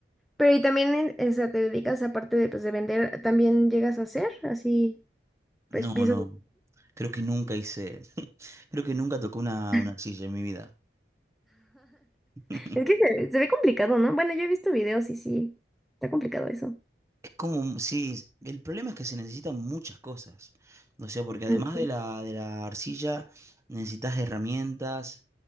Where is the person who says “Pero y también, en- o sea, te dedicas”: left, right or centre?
Centre